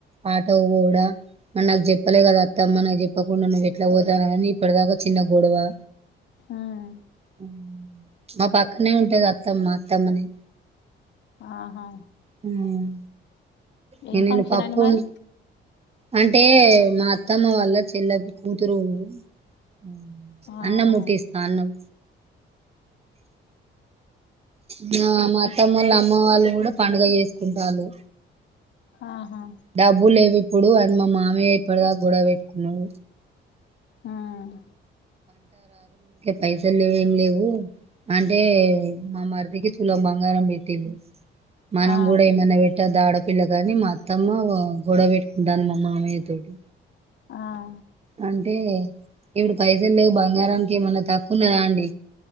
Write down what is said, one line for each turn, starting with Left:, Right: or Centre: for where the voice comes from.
Right: ఆటోకు పోవుడా మరి నాగ్ జేప్పలే గాదా అత్తమ్మ, నాగ్ జేప్పకుండా నువ్వు ఎట్లా పోతన్నావని ఇప్పటిదాకా చిన్న గొడవా.
Left: ఉమ్
Right: హు మా పక్కనే ఉంటది అత్తమ్మ, అత్తమ్మనే
Left: ఆహా
Right: హుహ్
Left: ఏం
Right: నీనిన్
Left: ఫంక్షన్
Right: పప్పున్
Left: అండి మరి
Right: అంటే మా అత్తమ్మ వాళ్ళ చెల్లా కూతురు. హుహ్
Left: ఆహా
Right: అన్నం మూటీస్తా అన్నం. నా మా
Left: అని
Right: అత్తమోలా, అమ్మ వాళ్ళు కూడా పండుగ చేసుకుంటాల్లు.
Left: ఆహా
Right: డబ్బు లేవి. ప్పుడు అని మా మామయ్య ఇప్పటిదాక గొడవ పెట్టుకున్నడు.
Left: ఉమ్
Right: పైసల్ లేవ్ ఎమ్ లేవు. అంటే మామరదికి తులం బంగారం పెట్టిల్లు, మనం
Left: ఆ
Right: కూడా ఏమన్నా వెట్ టద్దా, ఆడపిల్ల గానీ మా అత్తమ్మ ఓ గొడవ పెట్టుకుంటాంది మా మామయ్య తోటి
Left: ఆఅ
Right: అంటే ఇప్పుడు పైసల లేవు బంగారానికి ఏమన్నా తక్కు ఉన్నదా అండి.